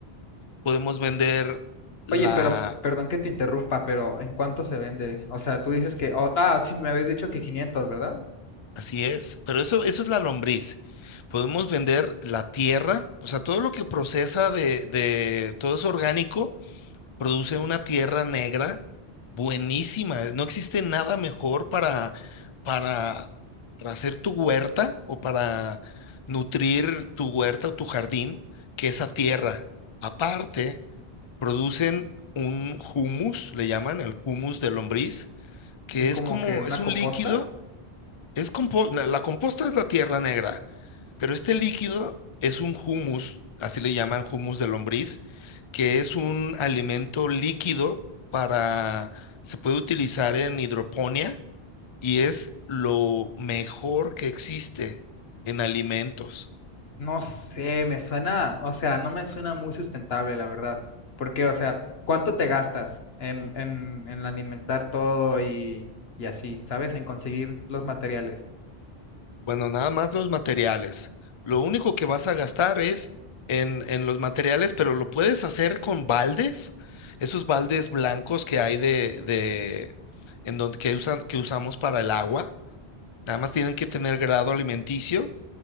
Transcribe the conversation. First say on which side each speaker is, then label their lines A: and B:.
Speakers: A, on the left (about 50°); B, on the left (about 70°).
A: podemos vender la,
B: Oye, pero, perdón que te interrumpa, pero ¿en cuánto se vende? O sea, tú dices que, oh, ah, sí, me habías dicho que quinientos ¿verdad?
A: así es, pero eso, eso es la lombriz. Podemos vender la tierra, o sea, todo lo que procesa de, de todo es orgánico produce una tierra negra buenísima. No existe nada mejor para, para, para hacer tu huerta o para nutrir tu huerta o tu jardín que esa tierra. Aparte, producen un humus, le llaman el humus de lombriz, que
B: Es como
A: es como,
B: que una
A: es
B: composta.
A: un líquido, es compo- la la composta es la tierra negra, pero este líquido es un humus, así le llaman humus de lombriz que es un alimento líquido para, se puede utilizar en hidroponía y es lo mejor que existe en alimentos.
B: No sé, me suena, o sea, no me suena muy sustentable, la verdad. Porque, o sea, ¿cuánto te gastas en, en, en alimentar todo y, y así, ¿sabes? En conseguir los materiales,
A: Bueno, nada más los materiales. Lo único que vas a gastar es en, en los materiales, pero lo puedes hacer con baldes, esos baldes blancos que hay de, de en donde que usan, que usamos para el agua. Nada más tienen que tener grado alimenticio